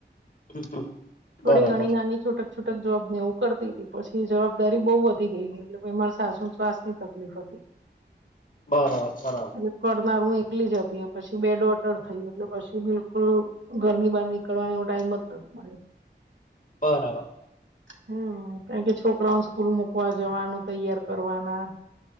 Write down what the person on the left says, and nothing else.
હમ હમ
બરાબર
બરાબર બરાબર
બરાબર.